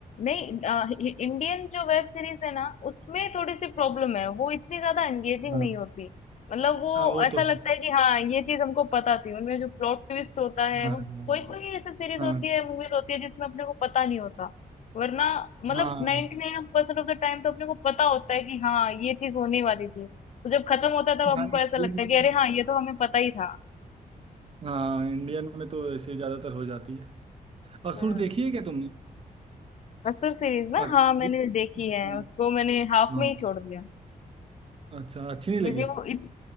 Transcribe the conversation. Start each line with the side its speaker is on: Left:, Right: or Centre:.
Left: नहीं अ, हि- हि- इंडियन जो वेब सीरीज है ना उसमें थोड़ी सी प्रॉब्लम है वो इतनी ज्यादा एंगेजिंग
Right: हाँ
Left: नहीं होती मतलब वो
Right: हाँ वो
Left: ऐसा
Right: तो
Left: लगता
Right: है।
Left: है कि हाँ ये चीज हमको पता थी उनमें जो प्लॉट ट्विस्ट होता है
Right: हाँ
Left: वो कोई कोई ऐसी सीरीज
Right: हाँ
Left: होती है मूवीज होती है जिसमें अपने को पता नहीं होता वरना मतलब
Right: हाँ हाँ
Left: 99% nine percent of the time तो अपने को पता होता है कि हाँ ये चीज होने वाली थी तो जब खत्म होता है तब
Right: हाँ
Left: हमको
Right: इंडियन
Left: ऐसा लगता है कि अरे हाँ ये तो हमें पता ही था
Right: हाँ इंडियन में तो ऐसे ज्यादातर हो जाती है असुर
Left: हम्म
Right: देखी है क्या तुमने
Left: असुर सीरीज ना
Right: अग-
Left: हाँ मैंने देखी है
Right: हाँ
Left: उसको मैंने हाफ
Right: हाँ,
Left: में ही छोड़ दिया
Right: अच्छा अच्छी नहीं लगी
Left: क्योंकि वो इत,